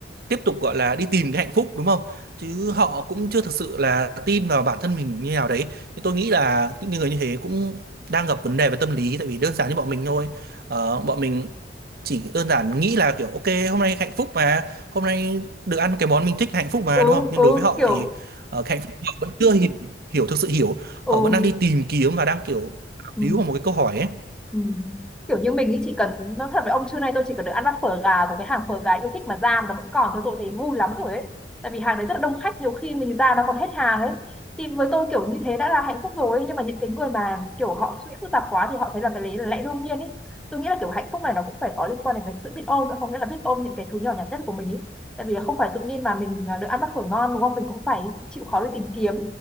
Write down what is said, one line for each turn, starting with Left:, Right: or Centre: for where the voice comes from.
Right: tiếp tục gọi là đi tìm cái hạnh phúc đúng không chứ họ cũng chưa thực sự là tin vào bản thân mình như nào đấy thì tôi nghĩ là những người như thế cũng đang gặp vấn đề về tâm lý tại vì đơn giản như bọn mình thôi Ờ, bọn mình chỉ đơn giản nghĩ là kiểu ok hôm nay hạnh phúc mà hôm nay được ăn cái món mình thích hạnh phúc mà
Centre: ừ
Right: đúng không nhưng
Centre: ừ
Right: đối với họ
Centre: kiểu
Right: thì ờ, cái hạnh phúc họ vẫn chưa hiểu, hiểu thực sự hiểu
Centre: ừ,
Right: họ vẫn đang đi tìm kiếm và đang kiểu
Centre: ừ.
Right: víu vào một cái câu hỏi ấy
Centre: Ừ. Kiểu như mình ý chỉ cần nó thật với ông trưa nay tôi chỉ cần được ăn bát phở gà của cái hàng phở gà yêu thích mà ra mà nó vẫn còn thôi tôi thấy vui lắm rồi ấy tại vì hàng đấy rất là đông khách nhiều khi mình ra nó còn hết hàng ấy thì với tôi kiểu như thế đã là hạnh phúc rồi ấy. nhưng mà những cái người mà kiểu họ suy nghĩ phức tạp quá thì họ thấy là cái đấy là lẽ đương nhiên ấy tôi nghĩ là kiểu hạnh phúc này nó cũng phải có liên quan đến cái sự biết ơn nữa không nghĩa là biết ơn những cái thứ nhỏ nhặt nhất của mình ấy tại vì là không phải tự nhiên mà mình à, được ăn bát phở ngon đúng không mình cũng phải chịu khó để tìm kiếm